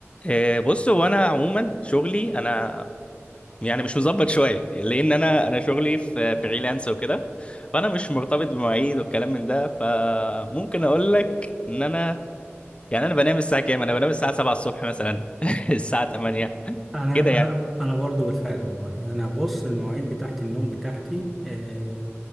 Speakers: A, on the left; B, in the centre.
A: آه، بص هو انا عموما شغلي انا يعني مش مظبط شويه لان انا انا شغلي في فريلانس وكده فانا مش مرتبط بمواعيد والكلام من ده فممكن اقول لك ان انا يعني انا بنام الساعه كام انا بنام الساعه 7 الصبح مثلا <laughs> الساعه 8
B: انا
A: كده
B: انا
A: يعني
B: انا برضو بالفعل والله انا بص المواعيد بتاعت النوم بتاعتي آه،